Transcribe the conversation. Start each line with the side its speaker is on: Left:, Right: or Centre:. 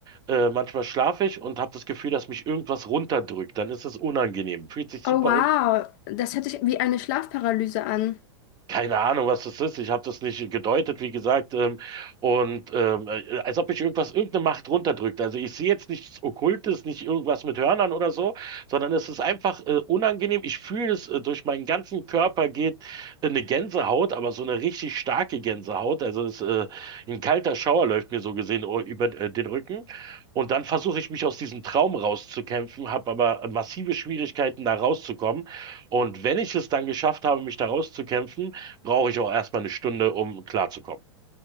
Right: äh, manchmal schlafe ich und habe das Gefühl, dass mich irgendwas runterdrückt. Dann ist es unangenehm, fühlt sich super
Left: Oh wow, das hört sich wie eine Schlafparalyse an.
Right: Keine Ahnung, was das ist. Ich habe das nicht gedeutet, wie gesagt. Ähm, und ähm, äh, als ob ich irgendwas, irgendeine Macht runterdrückt. Also ich sehe jetzt nichts Okkultes, nicht irgendwas mit Hörnern oder so, sondern es ist einfach äh, unangenehm. Ich fühle es, äh, durch meinen ganzen Körper geht äh, eine Gänsehaut, aber so eine richtig starke Gänsehaut. Also das, äh, ein kalter Schauer läuft mir so gesehen o- über äh, den Rücken. Und dann versuche ich mich aus diesem Traum rauszukämpfen, habe aber massive Schwierigkeiten, da rauszukommen. Und wenn ich es dann geschafft habe, mich da rauszukämpfen, brauche ich auch erstmal eine Stunde, um klarzukommen.